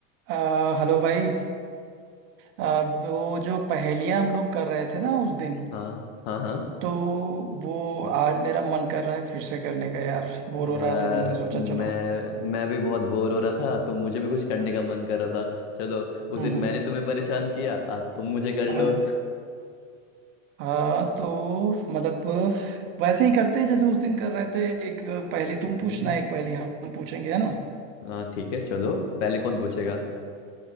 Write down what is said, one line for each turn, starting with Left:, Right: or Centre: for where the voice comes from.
Right: अ, hello भाई अ, वो जो पहेलियां हम लोग कर रहे थे ना उस दिन
Left: हाँ हाँ हाँ
Right: तो वो आज मेरा मन कर रहा है फिर से करने का यार बोर हो
Left: यार
Right: रहा था तो मैंने सोचा चलो
Left: मैं मैं भी बहुत बोर हो रहा था तो मुझे भी कुछ करने का मन कर रहा था चलो उस
Right: हम्म
Left: दिन
Right: हम्म
Left: मैंने तुम्हें परेशान किया आज तुम मुझे कर लो
Right: हाँ हाँ, तो मतलब वैसे ही करते हैं जैसे उस दिन कर रहे थे एक पहेली तुम पूछना
Left: हम्म,
Right: एक पहेली हम पूछेंगे है ना
Left: हाँ ठीक है चलो पहले कौन पूछेगा